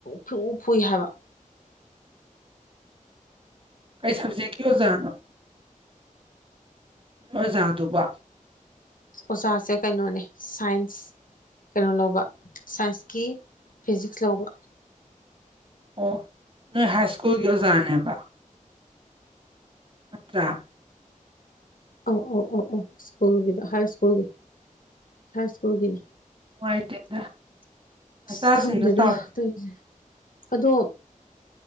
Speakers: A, on the left; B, on the right.
A: ꯐꯨ ꯐꯨꯏ ꯍꯥꯏꯕ
B: ꯀꯩ ꯁꯕꯖꯦꯛꯀꯤ ꯑꯣꯖꯥꯅꯣ ꯅꯣꯏ ꯑꯣꯖꯥꯗꯨꯕꯣ
A: ꯑꯣꯖꯥꯁꯦ ꯀꯩꯅꯣꯅꯦ ꯁꯥꯏꯟꯁ ꯀꯩꯅꯣ ꯂꯧꯕ ꯁꯥꯏꯟꯁꯀꯤ ꯐꯤꯖꯤꯛꯁ ꯂꯧꯕ
B: ꯑꯣ ꯅꯣꯏ ꯍꯥꯏ ꯁ꯭ꯀꯨꯜꯒꯤ ꯑꯣꯖꯥꯅꯦꯕ ꯅꯠꯇꯔꯥ
A: ꯑꯧ ꯑꯧ ꯑꯧ ꯑꯧ ꯁ꯭ꯀꯨꯜꯒꯤꯗ ꯍꯥꯏ ꯁ꯭ꯀꯨꯜꯒꯤ ꯍꯥꯏ ꯁ꯭ꯀꯨꯜꯒꯤꯅꯤ
B: ꯅꯨꯡꯉꯥꯏꯇꯦꯗ
A: ꯑꯁ
B: ꯃꯆꯥꯁꯤꯡꯗꯣ
A: ꯈꯪꯗꯦꯗ
B: ꯆꯥꯎ
A: ꯇꯧꯔꯤꯁꯦ ꯑꯗꯣ